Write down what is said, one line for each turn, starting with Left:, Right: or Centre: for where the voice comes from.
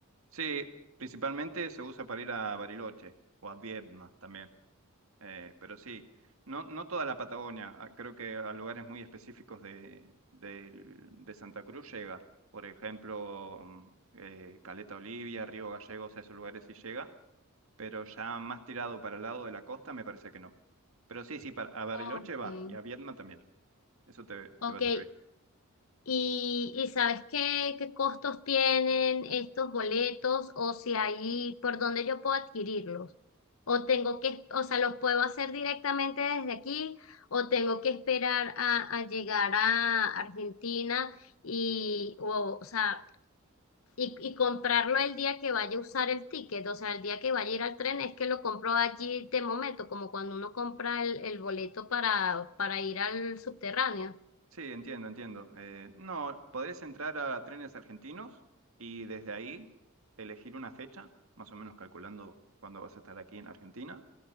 Right: Sí, principalmente se usa para ir a Bariloche o a Viedma también. Eh, pero sí, no, no toda la Patagonia, ah, creo que a lugares muy específicos de, del- de Santa Cruz llega. Por ejemplo, mm, eh, Caleta Olivia, Río Gallegos, a esos lugares sí llega, pero ya más tirado para el lado de la costa me parece que no. Pero sí, sí, para, a Bariloche
Left: Okay,
Right: va y a Viedma también, eso te,
Left: okay.
Right: te va a servir.
Left: ¿Y, y sabes qué, qué costos tienen estos boletos o si hay por dónde yo puedo adquirirlos? ¿O tengo que, o sea, los puedo hacer directamente desde aquí o tengo que esperar a, a llegar a Argentina y, o, o sea, y, y comprarlo el día que vaya a usar el ticket? O sea, el día que vaya a ir al tren es que lo compro allí de momento, como cuando uno compra el, el boleto para, para ir al subterráneo.
Right: Sí, entiendo, entiendo. Eh, no, podés entrar a Trenes Argentinos y desde ahí elegir una fecha, más o menos calculando cuándo vas a estar aquí en Argentina.